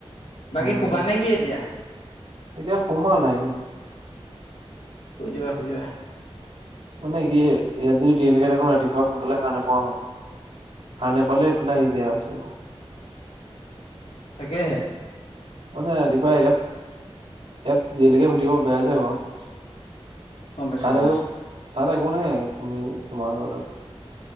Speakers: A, on the right (about 80°); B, on the left (about 75°).
A: উম,
B: বাকী শুবা নে কি এতিয়া?
A: এতিয়া শুম আৰু লাহেকে।
B: শুই দিবা। শুই দিবা
A: মানে কি ইয়াত যদি দেৰিলৈকে থাকোঁ, ৰাতিপুৱা সোনকালে সাৰ নাপোৱা হ'ম। সাৰ নেপালে এইফালে আহি যাই আৰু <unintelligible>
B: তাকে হে।
A: মানে ৰাতিপুৱা ইয়াত, ইয়াত দেৰিকেলে শুই থাকিব বেয়া যে ঘৰত।
B: গম পাইছো
A: তাত,
B: গম পাইছো
A: আ' একো নাই তুমি তোমালোকৰ তাত।